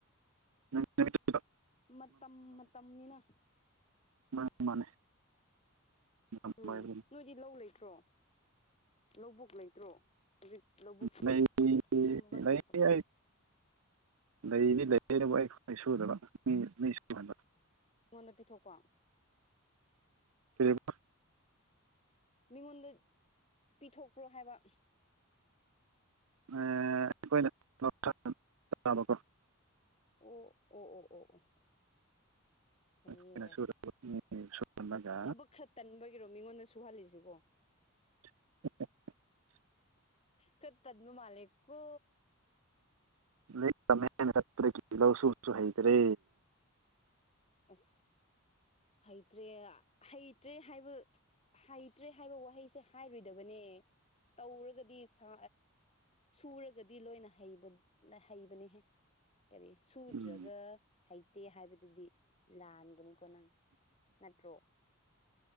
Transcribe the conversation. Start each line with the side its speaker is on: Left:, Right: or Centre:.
Right: ꯅꯪ ꯅꯃꯤꯠꯇꯣ ꯎꯗꯣ
Left: ꯃꯇꯝ ꯃꯇꯝꯅꯤꯅ
Right: ꯃꯥꯅꯦ ꯃꯥꯅꯦ ꯃꯇꯝ
Left: ꯎꯝ
Right: ꯋꯥꯏꯕꯒꯤ
Left: ꯅꯣꯏ ꯗꯤ ꯂꯧ ꯂꯩꯇ꯭ꯔꯣ ꯂꯧꯕꯨꯛ ꯂꯩꯇ꯭ꯔꯣ ꯍꯧꯖꯤꯛ ꯂꯧꯕꯨꯛ
Right: ꯂꯩ
Left: ꯆꯤꯟꯕꯒꯤ
Right: ꯂꯩ
Left: ꯃꯇꯝ
Right: ꯑꯩ ꯂꯩꯗꯤ ꯂꯩꯕꯨ ꯑꯩ ꯑꯩ ꯁꯨꯗꯕ ꯃꯤ ꯃꯤ ꯁꯨꯍꯟꯕ
Left: ꯃꯤꯉꯣꯟꯗ ꯄꯤꯊꯣꯛꯄ
Right: ꯀꯔꯤꯕ
Left: ꯃꯤꯉꯣꯟꯗ ꯄꯤꯊꯣꯛꯄ꯭ꯔꯣ ꯍꯥꯏꯕ
Right: ꯑꯩꯈꯣꯏꯅ ꯂꯧꯁꯥꯟ ꯆꯥꯕꯀꯣ
Left: ꯑꯣ ꯑꯣ ꯑꯣ ꯑꯣ ꯑꯣ ꯐꯩꯌꯦ
Right: ꯑꯩꯈꯣꯏꯅ ꯁꯨꯗꯕ ꯃꯤ ꯁꯨꯍꯜꯂꯒ
Left: ꯊꯕꯛ ꯈ꯭ꯔ ꯇꯟꯕꯒꯤꯔꯣ ꯃꯤꯉꯣꯟꯗ ꯁꯨꯍꯜꯂꯤꯁꯤꯕꯣ
Right: <unintelligible>
Left: ꯈꯔ ꯇꯟꯕ ꯃꯥꯜꯂꯦꯀꯣ
Right: ꯂꯥꯏꯔꯤꯛ ꯇꯝꯃꯦ ꯍꯥꯏꯅ ꯆꯠꯄꯗꯒꯤ ꯂꯧ ꯁꯨꯕꯁꯨ ꯍꯩꯇ꯭ꯔꯦ
Left: ꯑꯁ ꯍꯩꯇ꯭ꯔꯦ ꯍꯩꯇ꯭ꯔꯦ ꯍꯥꯏꯕ ꯍꯩꯇ꯭ꯔꯦ ꯍꯥꯏꯕ ꯋꯥꯍꯩꯁꯦ ꯍꯥꯏꯔꯣꯏꯗꯕꯅꯦ ꯇꯧꯔꯒꯗꯤ ꯁꯥ ꯁꯨꯔꯒꯗꯤ ꯂꯣꯏꯅ ꯍꯩꯕ ꯍꯩꯕꯅꯤꯍꯦ ꯀꯔꯤ ꯁꯨꯗ꯭ꯔꯒ
Right: ꯎꯝ
Left: ꯍꯩꯇꯦ ꯍꯥꯏꯕꯗꯨꯗꯤ ꯂꯥꯟꯒꯅꯤꯀꯣ ꯅꯪ ꯅꯠꯇ꯭ꯔꯣ